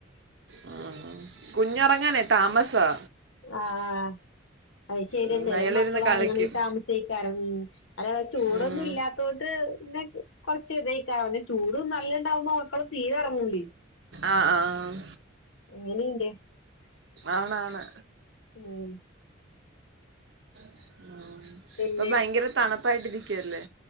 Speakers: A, on the right; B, on the left.
A: ഉ കുഞ്ഞുറങ്ങാനെ താമസാ
B: ആഹ് അത് ശരിയ
A: ഉം,
B: ചെലേമക്കലോറ
A: അയാളിരുന്ന് കളിക്കും
B: ങ്ങണെങ്കി താമസിക്കാറ ഉ അല്ല ചൂടൊന്നും
A: ഉം.
B: ഇല്ലാത്തോട്ട് പിന്നെകൊറ തക്കെ ചൂടും നല്ലണ്ടാവുന്ന മക്കളും തീരെറങ്ങൂലേ
A: ആ ആഹ്
B: എങ്ങനെയണ്ട്
A: ആണ് ആണ്
B: ഉം
A: <inaudible>
B: പിന്നെ
A: ഇപ്പൊ ഭയങ്കര തണുപ്പ പൈട്ട്തിക്കുകല്ലേ